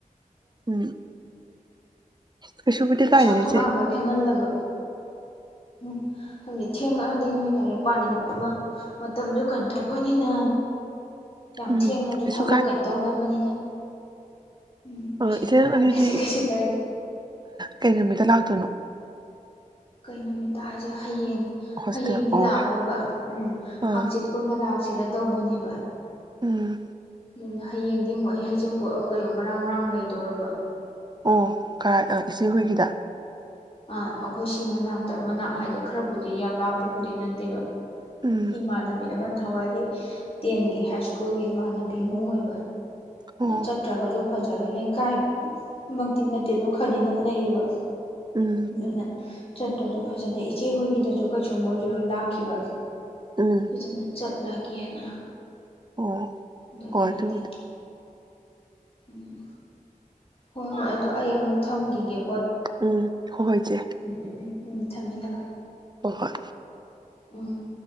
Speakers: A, on the right; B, on the left.
A: ꯎꯝ ꯀꯩꯁꯨꯕꯨꯗꯤ ꯀꯥꯏꯗꯦꯗ
B: ꯆꯥꯛ ꯇꯣ
A: ꯏꯆꯦ
B: ꯑꯉꯥꯡꯈꯩ ꯐꯦꯡꯍꯜꯂꯕ ꯎꯝ ꯍꯥꯏꯗꯤ ꯊꯦꯡꯉꯛꯑꯗꯤ ꯅꯣꯏ ꯂꯥꯢꯔꯤꯛ ꯄꯥꯅꯤꯡ ꯑꯃ ꯃꯇꯝꯗꯨ ꯀꯩꯅ ꯇꯧꯕꯅꯤꯅ ꯌꯥꯝ
A: ꯎꯝ
B: ꯊꯦꯡꯅꯁꯨ
A: ꯀꯩꯁꯨ
B: ꯊꯕꯛ ꯀꯩꯅ ꯇꯧꯅꯕꯅꯤꯅ ꯎꯝ ꯀꯩꯁꯨ
A: ꯑꯣ ꯏꯆꯦ ꯅꯪ
B: ꯀꯥꯏꯗ꯭ꯔꯗꯤ
A: ꯑꯗꯨꯗꯤ
B: ꯀꯩꯁꯨ ꯀꯥꯏꯗꯦ
A: ꯀꯩ ꯅꯨꯃꯤꯠꯇ ꯂꯥꯛꯇꯣꯏꯅꯣ
B: ꯀꯩ ꯅꯨꯃꯤꯠꯇ ꯍꯥꯏꯁꯦ ꯍꯌꯦꯡ
A: ꯍꯣꯁꯇꯦꯜ
B: ꯍꯌꯦꯡꯗꯤ
A: ꯑꯣ
B: ꯂꯥꯛꯑꯔꯣꯏꯕ ꯎꯝ
A: ꯑꯥ
B: ꯍꯥꯡꯆꯤꯠꯀꯨꯝꯕ ꯂꯥꯛ ꯁꯤꯔ ꯇꯧꯕꯅꯦꯕ
A: ꯎꯝ
B: ꯑꯗꯨꯅ ꯍꯌꯦꯡꯗꯤ ꯑꯃꯨꯛ ꯑꯩ ꯍꯖꯤꯡ ꯄꯣꯛꯠꯂꯣ ꯀꯩꯣ ꯃꯔꯥꯡ ꯃꯔꯥꯡ ꯂꯩꯗꯣꯔꯔꯕ
A: ꯑꯣ ꯀ ꯏꯆꯦꯍꯣꯏꯒꯤꯗ
B: ꯑꯥ ꯑꯩꯈꯣꯏ ꯁꯤ ꯃꯅꯥꯛꯇ ꯃꯅꯥꯛ ꯍꯥꯏꯗꯤ ꯈꯔꯕꯨꯗꯤ ꯌꯥꯝ ꯂꯥꯞꯄꯕꯨꯗꯤ ꯅꯠꯇꯦꯕ
A: ꯎꯝ
B: ꯏꯃꯥꯟꯅꯕꯤ ꯑꯃꯅ ꯅꯍꯥꯟꯋꯥꯏꯒꯤ ꯇꯦꯟꯒꯤ ꯍꯥꯏ ꯁ꯭ꯀꯨꯜꯒꯤ ꯏꯃꯥꯟꯅꯕꯤ ꯑꯃ ꯑꯣꯏꯕ
A: ꯑꯣ
B: ꯆꯠ꯭ꯇꯔꯥꯒꯁꯨ ꯐꯖꯔꯣꯏ ꯂꯩꯀꯥꯏꯃꯛꯇꯤ ꯅꯠꯇꯦ ꯑꯗ ꯈꯔꯗꯤ ꯅꯛꯅꯩꯌꯦꯕ
A: ꯎꯝ
B: ꯑꯗꯨꯅ ꯆꯠꯇꯄꯁꯨ ꯐꯖꯗꯦ ꯏꯆꯦ ꯍꯣꯏꯒꯤꯗꯁꯨ ꯀꯩꯁꯨ ꯃꯣꯏꯗꯨ ꯂꯣꯏ ꯂꯥꯛꯈꯤꯕ
A: ꯎꯝ
B: ꯀꯖꯤꯅ ꯆꯠ ꯂꯥ ꯀꯦꯅ
A: ꯑꯣ
B: ꯑꯗꯨꯒꯤꯅꯤꯗ
A: ꯍꯣꯏ ꯑꯗꯨꯕꯨꯗꯤ
B: ꯎꯝ ꯍꯣꯏ ꯍꯣꯏ ꯑꯗꯣ ꯑꯩ ꯑꯃꯨꯛ ꯊꯝꯒꯤꯒꯦ
A: ꯎꯝ ꯍꯣꯏ ꯍꯣꯢ ꯆꯦ
B: ꯎꯝ ꯎꯝ ꯎꯝ ꯊꯝꯃꯦ ꯊꯝꯃꯦ
A: ꯍꯣ ꯍꯣꯏ
B: ꯎꯝ